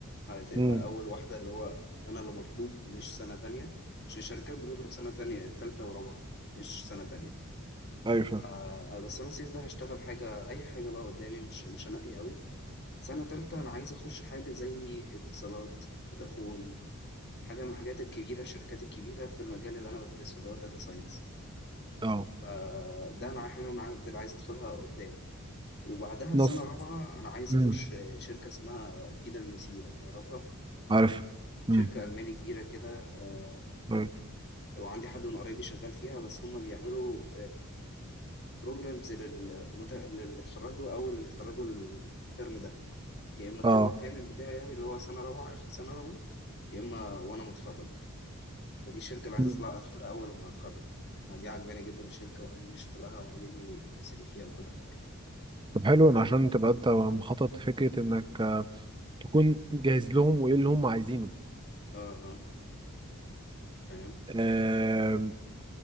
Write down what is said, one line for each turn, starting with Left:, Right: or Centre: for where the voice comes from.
Left: هتبقى
Right: امم
Left: أول واحدة اللي هو أنا اللي مطلوب مش سنة تانية مش الشركات بتطلب سنة تانية تالتة ورابعة مش سنة تانية
Right: ايوه فاهم
Left: ف- بس أنا الصيف ده هشتغل حاجة أي حاجة بقى قدامي مش مش هنقي أوي سنة تالتة أنا عايز أخش حاجة زي اتصالات فودافون حاجة من الحاجات الكبيرة الشركات الكبيرة في المجال اللي أنا بدرسه اللي هو داتا ساينس
Right: اه
Left: فده أنا حاجة أنا عايز عايز أدخلها قدام وبعدها
Right: نص
Left: سنة رابعة أنا عايز
Right: امم
Left: أخش شركة اسمها بي دبليو سي لو تعرفها
Right: عارف
Left: شركة
Right: امم
Left: ألماني كبيرة كده آه،
Right: أيوة.
Left: وعندي حد من قرايبي شغال فيها بس هم بيعملوا بروجرامز للمت... للي اتخرجوا أو اللي بيتخرجوا الترم ده يا إما الترم
Right: اه
Left: التامن بتاعي يعني اللي هو سنة رابعة آخر سنة رابعة يا إما وأنا متخرج ودي الشركة اللي عايز
Right: مم.
Left: أطلع أدخلها أول لما أتخرج أنا دي عاجباني جدا الشركة وعاجبني شغلها وعاجبني الناس اللي فيها وكل حاجة
Right: طب حلو إن عشان تبقى انت مخطط فكره انك تكون جاهز لهم وايه اللي هم عايزينه
Left: اه اه فاهم
Right: آم،